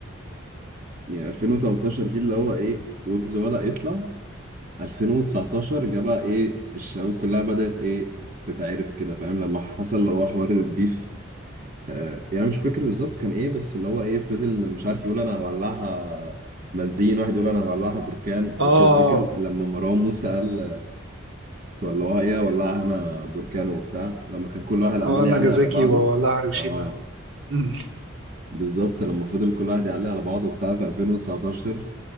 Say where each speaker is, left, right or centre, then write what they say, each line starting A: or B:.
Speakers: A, on the right; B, on the right.
A: يعني 2018 دي اللي هو إيه ويجز بدأ يطلع 2019 جه بقى ايه الشباب كلها بدأت ايه تتعرف كده فاهم لما حصل اللي هو حوار البيف آه يعني مش فاكر بالظبط كان ايه بس اللي هو ايه فضل مش عارف يقول انا هولعها بنزين واحد يقول انا هولعها بركان
B: اه
A: وكده
B: اه
A: فاكر لما مروان موسى قال تولعوها ايه هولعها انا بركان وبتاع لما كان كل واحد عمال
B: اه ناجازاكي
A: يعلق على بعضه
B: ولا هيروشيما
A: اه
B: أمم،
A: بالظبط لما فضل كل واحد يعلق على بعضه وبتاع في 2019